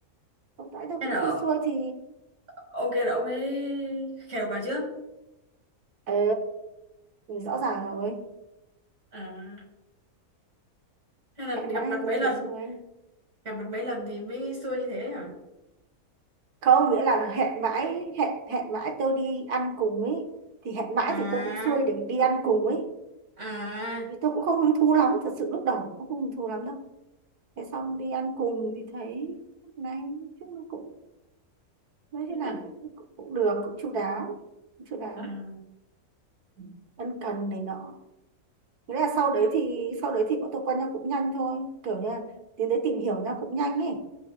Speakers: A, on the right; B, on the right.
A: Lúc nãy tao
B: hay
A: cũng
B: là
A: xuôi xuôi thì
B: ông kia là ông ấy khều bà trước
A: ờ ừ, rõ ràng rồi
B: à hay là
A: hẹn
B: gặp
A: mãi
B: mặt
A: hay
B: mấy
A: tao
B: lần
A: thấy xuôi
B: gặp mặt mấy lần thì mới xưa như thế hả
A: không nghĩa là hẹn mãi hẹn hẹn mãi tôi đi ăn cùng ấy thì hẹn mãi
B: à
A: thì tôi cũng xuôi để đi ăn cùng ấy
B: à
A: vì tôi cũng không hứng thú lắm thật sự lúc đầu cũng không hứng thú lắm đâu thế xong đi ăn cùng thì thấy lúc này nói chung nó cũng nói
B: <laughs>
A: thế nào cũng, cũng được cũng chu đáo cũng chu đáo
B: à,
A: Ừ. ân cần này nọ nghĩa là sau
B: thế-
A: đấy thì sau đấy thì bọn tôi quen nhau cũng nhanh thôi kiểu như là tiến tới tìm hiểu nhau cũng nhanh ấy